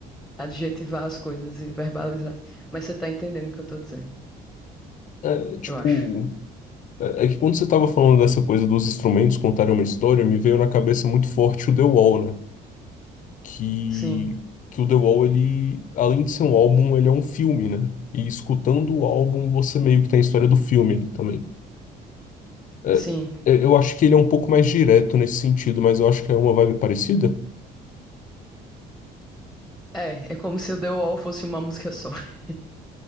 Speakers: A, in the centre; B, on the left.
A: adjetivar as coisas e verbalizar, mas você tá entendendo o que eu tô dizendo.
B: É, tipo,
A: Eu acho.
B: é é que quando você tava falando dessa coisa dos instrumentos contarem uma história, me veio na cabeça muito forte o The Wall, né? Que,
A: Sim,
B: que o The Wall, ele, além de ser um álbum, ele é um filme, né? E escutando o álbum, você meio que tem a história do filme ali também. É,
A: sim.
B: é, eu acho que ele é um pouco mais direto nesse sentido, mas eu acho que é uma vibe parecida.
A: É, é como se o The Wall fosse uma música só, <laughs>